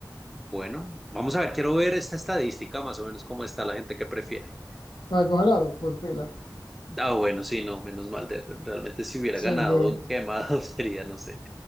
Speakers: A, in the centre; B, on the left (about 80°).
A: Bueno, vamos a ver, quiero ver esta estadística más o menos cómo está la gente que prefiere.
B: Para congelado, por pila.
A: Ah, bueno, sí, no, menos mal. de- realmente si hubiera
B: Sí,
A: ganado,
B: que.
A: quemado <laughs> sería, no sé,